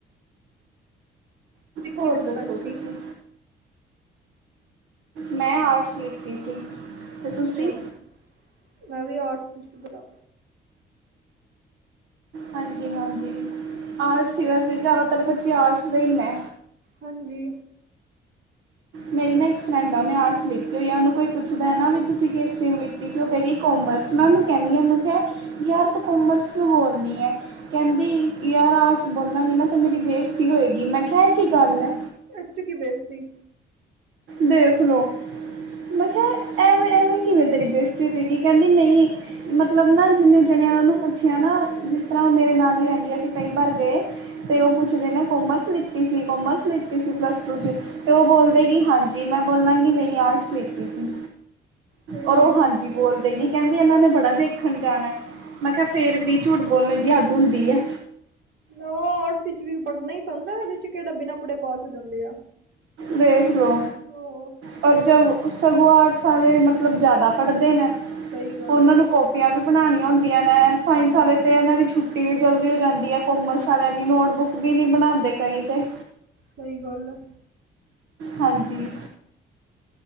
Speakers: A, on the right; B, on the right.
A: ਤੁਸੀਂ
B: ਹੋਰ
A: ਕੀ ਲਿੱਤਾ
B: ਦੱਸੋ
A: ਸੀ
B: ਤੁਸੀ? ਮੈਂ, ਆਰਟਸ ਲਿਤੀ ਸੀ। ਤੇ
A: ਅੱਛਾ,
B: ਤੁਸੀਂ?
A: ਮੈਂ ਵੀ ਆਟਸ ਦੀ ਸਟੂਡੇੈਂਟਸ ਹਾਂ
B: ਹਾਂਜੀ, ਹਾਂਜੀ, ਆਰਟਸ ਸੀ ਵੈਸੇ, ਜ਼ਿਆਦਾਤਰ ਬੱਚੇ ਆਰਟਸ ਦੇ ਹੀ ਨੇ।
A: ਹਾਂਜੀ।
B: ਮੇਰੀ ਨਾ ਇੱਕ ਫਰੈਂਡ, ਉਹਨੇ ਆਰਟਸ ਲਿਤੀ ਹੋਈ ਆ, ਉਹਨੂੰ ਕੋਈ ਪੁੱਛਦਾ ਹੈ ਨਾ ਵੀ ਤੁਸੀਂ ਕਿਸ ਸਟਰੀਮ ਲਿਤੀ ਸੀ, ਉਹ ਕਹੇਗੀ। ਕੋਮਰਸ, ਮੈਂ ਉਹਨੂੰ ਕਹਿੰਦੀ ਹਾਂ ਮੈਂ ਕਿਹਾ, ਯਾਰ ਤੂੰ ਕੋਮਰਸ ਕਿਉਂ ਬੋਲਣੀ ਹੈ। ਕਹਿੰਦੀ, ਯਾਰ ਆਰਟਸ ਬੋਲਾਂਗੀ ਨਾ, ਤੇ ਮੇਰੀ ਬੇਇਜ਼ਤੀ ਹੋਏਗੀ। ਮੈਂ ਕਿਹਾ, ਇਹ ਕੀ ਗੱਲ ਏ?
A: ਐਚ, ਕੀ ਬੇਇਜ਼ਤੀ?
B: ਦੇਖ ਲਓ! ਮੈਂ ਕਿਹਾ, ਐਵੇਂ-ਐਵੇਂ ਕਿਵੇਂ ਤੇਰੀ ਬੇਇਜ਼ਤੀ ਹੋ ਜਾਏਗੀ? ਕਹਿੰਦੀ ਨਹੀਂ ਮਤਲਬ ਨਾ, ਜਿੰਨੇ ਜਾਣਿਆਂ ਉਹਨੂੰ ਪੁੱਛਿਆ ਨਾ, ਜਿਸ ਤਰ੍ਹਾਂ ਉਹ ਮੇਰੇ ਨਾਲ ਹੀ ਰਹਿੰਦੀ, ਅਸੀਂ ਕਈ ਵਾਰ ਗਏ
A: ਹਮ
B: ਤੇ ਉਹ ਪੁੱਛਦੇ ਨੇ ਕੋਮਰਸ ਲਿੱਤੀ ਸੀ, ਕੋਮਰਸ ਲਿੱਤੀ ਸੀ ਪਲੱਸ ਟੂ 'ਚ, ਤੇ ਉਹ ਬੋਲਦੇ ਕਿ ਹਾਂਜੀ। ਜੀ ਮੈਂ ਬੋਲਾਂਗੀ, ਨਹੀਂ ਆਰਟਸ ਲਿਤੀ ਸੀ।
A: ਹੂੰ,
B: ਔਰ ਉਹ, ਹਾਂ ਜੀ ਬੋਲਦੇਗੀ, ਕਹਿੰਦੀ ਇਹਨਾਂ ਨੇ ਬੜਾ ਦੇਖਣ ਜਾਣਾ। ਮੈਂ ਕਿਹਾ, ਫੇਰ ਵੀ, ਝੂਠ ਬੋਲਣ ਦੀ ਹੱਦ ਹੁੰਦੀ ਆ।
A: ਉਹ ਆਰਟਸ ਵਿਚ ਵੀ ਪੜ੍ਹਨਾ ਹੀ ਪੈਂਦਾ, ਉਹਦੇ 'ਚ ਕਿਹੜਾ ਬਿਨਾ ਪੜ੍ਹੇ ਪਾਸ ਹੋ ਜਾਂਦੇ ਆ।
B: ਵੇਖ ਲੋ।
A: ਆਹੋ
B: ਪਰ ਜੋਂ ਸਗੋਂ ਆਰਟਸ ਵਾਲੇ, ਮਤਲਬ ਜ਼ਿਆਦਾ ਪੜ੍ਹਦੇ ਨੇ,
A: ਸਹੀ ਗੱਲ
B: ਉਹਨਾਂ
A: ਆ,
B: ਨੂੰ ਕੋਪੀਆਂ ਵੀ ਬਣਾਉਣੀਆਂ ਹੁੰਦੀਆਂ ਨੇ, ਸਾਇੰਸ ਆਲੇ ਤੇ, ਇਹਨਾਂ ਦੀ ਛੁੱਟੀ ਵੀ ਜਲਦੀ ਹੋ ਜਾਂਦੀ ਏ, ਕੋਮਰਸ ਵਾਲਿਆਂ ਦੀ ਨੋਟਬੁੱਕ ਵੀ ਨੀ ਬਣਾਉਂਦੇ ਕਈ ਤੇ
A: ਸਹੀ ਗੱਲ ਆ।
B: ਹਾਂਜੀ।